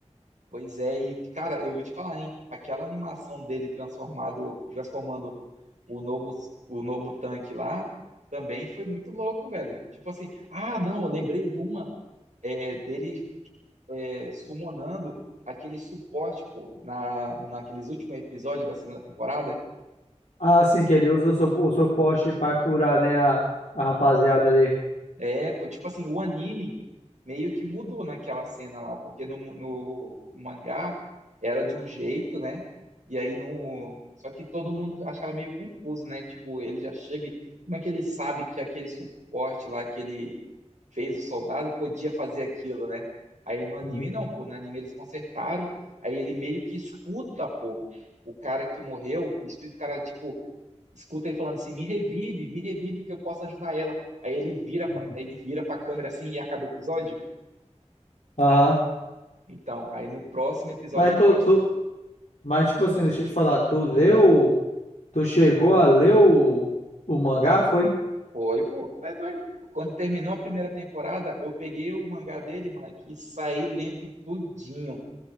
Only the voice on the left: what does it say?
Ah, sim, que ele usa o, su o suporte pra curar, né, a, a rapaziada ali.
Uhum.
Uhum.
Aham.
Mas tu,
tu, Mas, tipo assim, deixa eu te falar, tu leu, tu chegou a ler o, o mangá, foi?